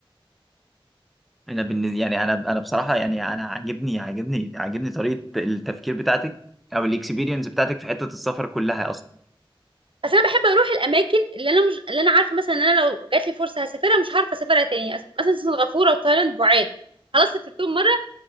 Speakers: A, in the centre; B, on the right.
A: انا بالنسبه يعني انا انا بصراحه يعني انا عاجبني عاجبني عاجبني طريقه التفكير بتاعتك او الاكسبيرينس بتاعتك في حته السفر كلها اصلا
B: بس أنا بحب أروح الأماكن اللي أنا مش اللي أنا عارفة مثلا إن أنا لو جات لي فرصة هسافرها مش هعرف أسافرها تاني أس- مثلا سنغافورة وتايلاند بعاد خلاص سافرتهم مرة